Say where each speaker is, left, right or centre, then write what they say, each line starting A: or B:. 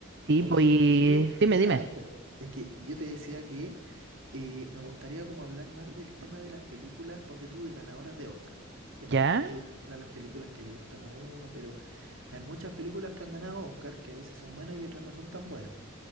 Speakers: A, on the right; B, on the right.
A: Sí,
B: Oye,
A: pues,
B: y yo,
A: dime,
B: <laughs>
A: dime.
B: pe- es que yo te decía que eh, me gustaría como hablar más del tema de las películas, ponte tú, de ganadoras de Oscar. Generalmente
A: ¿Ya?
B: uno habla de las películas que le gustan a uno, pero hay muchas películas que han ganado Oscar que a veces son buenas y otras no son tan buenas,